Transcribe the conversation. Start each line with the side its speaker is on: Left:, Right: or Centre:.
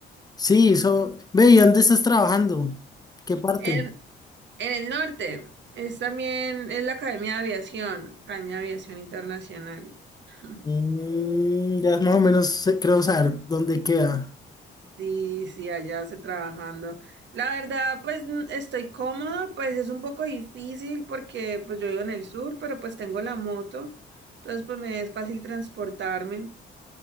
Left: sí, eso. Ve, ¿y dónde estás trabajando? ¿Qué parte?
Right: En, en el norte es también, es la Academia de Aviación, Academia de Aviación Internacional. <laughs>
Left: Mm, ya más o menos sé- creo saber dónde queda.
Right: Sí, sí, allá se trabajando. La verdad, pues n- estoy cómoda, pues es un poco difícil porque pues yo vivo en el sur, pero pues tengo la moto, entonces pues me es fácil transportarme.